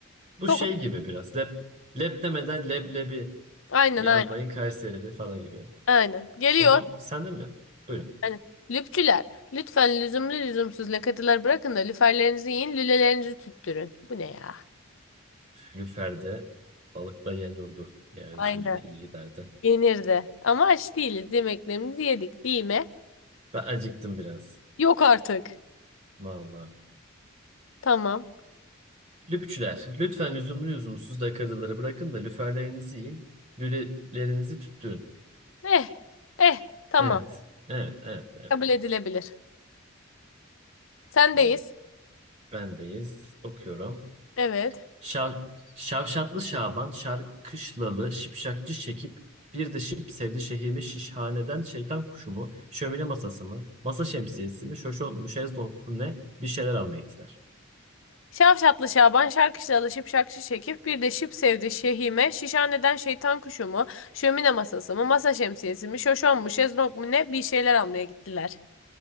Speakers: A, on the right; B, on the left.
A: Bu
B: çok
A: şey gibi biraz lep lep demeden leblebi
B: aynen
A: Yanlayın
B: aynen
A: Kayserili falan gibi.
B: aynen. Geliyor.
A: O zaman sen de mi? Buyurun.
B: Aynen. Lüpçüler lütfen lüzumlu lüzumsuz lakatılar bırakın da lüferlerinizi yiyin lülelerinizi tüttürün. Bu ne ya?
A: Lüfer'de balıkla yan yurdu. Yani
B: Aynen.
A: şimdi iyi giderdi.
B: Yenirdi. Ama aç değiliz. Yemeklerimizi yedik değil mi?
A: Ben acıktım biraz.
B: Yok artık.
A: Vallahi.
B: Tamam.
A: Lüpçüler, lütfen lüzumlu lüzumsuz dakikaları bırakın da lüferlerinizi yiyin. Lülelerinizi tüttürün.
B: Eh. Eh. Tamam.
A: Evet. Evet, evet, evet.
B: Kabul edilebilir. Sendeyiz.
A: Ee, bendeyiz. Okuyorum.
B: Evet.
A: Şav, Şavşatlı Şaban, Şarkışlalı, Şipşakçı Şekip, bir de Şıp sevdi şehimi şişhaneden şeytan kuşu mu, şömine masası mı, masa şemsiyesi mi, şoşon mu, şezlong mu ne, bir şeyler almaya gittiler.
B: Şavşatlı Şaban şarkışla alışıp şakşı çekip bir de şıp sevdi şehime. Şişhaneden şeytan kuşu mu? Şömine masası mı? Masa şemsiyesi mi? Şoşon mu? Şezlong mu ne? Bir şeyler almaya gittiler.